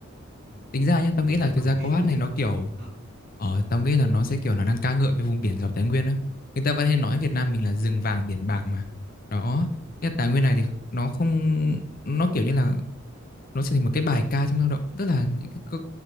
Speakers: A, on the right; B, on the left.
A: ừ.
B: tính ra nhá
A: thì
B: tao
A: mày
B: nghĩ là thực
A: còn
B: ra
A: ý
B: câu hát
A: gì
B: này
A: chứ
B: nó kiểu
A: Ờ,
B: Ờ, tao nghĩ là nó sẽ kiểu là đang ca ngợi về vùng biển giàu tài nguyên á. Người ta vẫn hay nói Việt Nam mình là rừng vàng biển bạc mà. Đó, cái tài nguyên này thì nó không nó kiểu như là nó trở thành một cái bài ca trong lao động, tức là những cái cái,